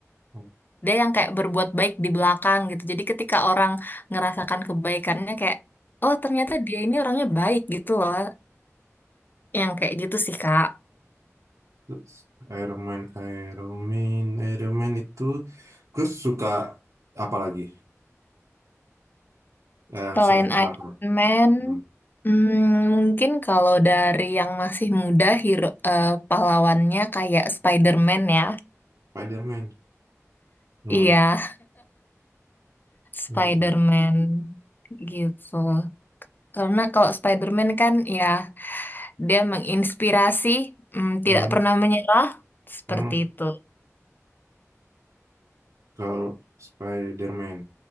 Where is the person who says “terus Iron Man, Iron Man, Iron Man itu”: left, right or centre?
Right